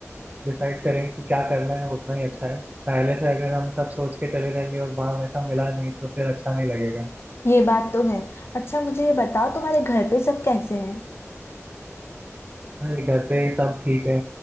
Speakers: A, on the right (about 30°); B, on the left (about 50°).
A: डिसाइड करेंगे कि क्या करना है उतना ही अच्छा है पहले से अगर हम सब सोच के चले जाएंगे और वहां वैसा मिला नहीं तो फिर अच्छा नहीं लगेगा
B: ये बात तो है अच्छा मुझे ये बताओ तुम्हारे घर पे सब कैसे हैं
A: अरे घर पे ही सब ठीक है